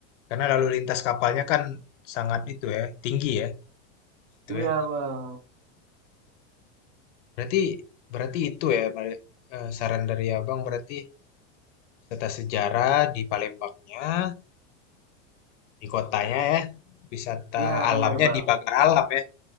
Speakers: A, on the left; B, on the right.
A: Karena lalu lintas kapalnya kan sangat itu ya, tinggi ya, itu
B: Iya
A: ya.
B: bang.
A: Berarti berarti itu ya eh, saran dari Abang berarti wisata sejarah di Palembangnya, di kotanya ya, wisata
B: Iya
A: alamnya
B: bener bang.
A: di Pagar Alam ya.